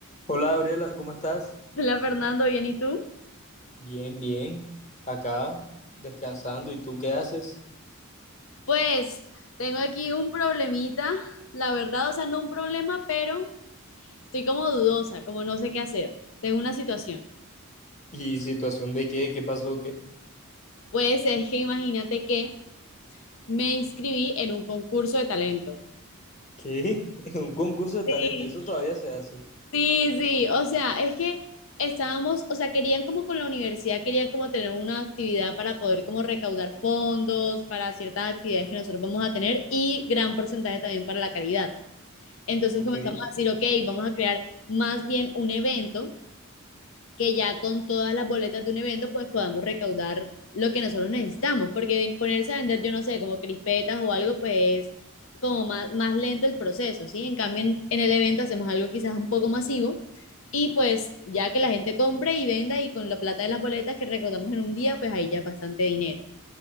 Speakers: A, on the left; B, on the left.
A: Hola Gabriela, ¿cómo estás?
B: Hola Fernando, ¿bien y tú?
A: Bien, bien. Acá descansando. ¿Y tú qué haces?
B: Pues tengo aquí un problemita, la verdad, o sea, no un problema, pero estoy como dudosa, como no sé qué hacer. Tengo una situación.
A: ¿Y situación de qué? ¿Qué pasó? ¿Qué?
B: Pues es que imagínate que me inscribí en un concurso de talento.
A: ¿Qué? <laughs> Un concurso de talento.
B: Sí,
A: Eso todavía se hace.
B: sí, sí, o sea, es que estábamos, o sea, querían como con la universidad, querían como tener una actividad para poder como recaudar fondos para ciertas actividades que nosotros vamos a tener y gran porcentaje también para la caridad. Entonces
A: Ok.
B: comenzamos a decir, ok, vamos a crear más bien un evento que ya con todas las boletas de un evento pues podamos recaudar lo que nosotros necesitamos, porque ponerse a vender, yo no sé, como crispetas o algo, pues como más, más lento el proceso, ¿sí? En cambio, en, en el evento hacemos algo quizás un poco masivo y pues ya que la gente compre y venda y con la plata de las boletas que recaudamos en un día, pues ahí ya bastante dinero.